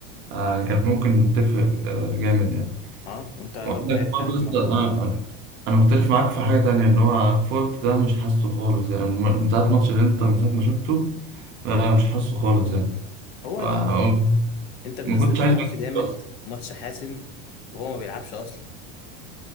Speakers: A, on the right; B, on the left.
A: آه، يعني كان ممكن تفرق آه، جامد يعني
B: اه انت برضه
A: وعندك
B: عايز
A: برضه
B: حارس
A: لسه
B: مرمى
A: انا انا أنا مختلف معاك في حاجه تانية ان هو فورت ده مش حاسه خالص يعني من من ساعه ماتش الانتر من ساعه ما شفته لا مش حاسه خالص يعني
B: هو
A: آه،
B: لا بص انت منزله
A: ما كنتش عايز
B: في ماتش
A: أنزل
B: جامد
A: أصلاً.
B: ماتش حاسم وهو ما بيلعبش اصلا